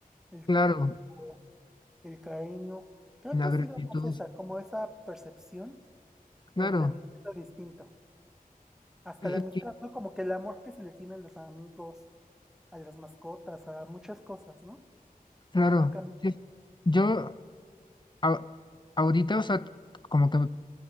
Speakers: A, in the centre; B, on the left.
A: El
B: claro.
A: tiempo, el cariño. Creo
B: La
A: que
B: gratitud,
A: ha sido más esa, como esa percepción
B: claro,
A: de entender lo distinto. Hasta
B: eh,
A: la amistad,
B: que-
A: ¿no? Como que el amor que se le tiene a los amigos, a las mascotas, a muchas cosas, ¿no?
B: claro.
A: Va cambiando.
B: sí. Yo a- ahorita, o sea, como que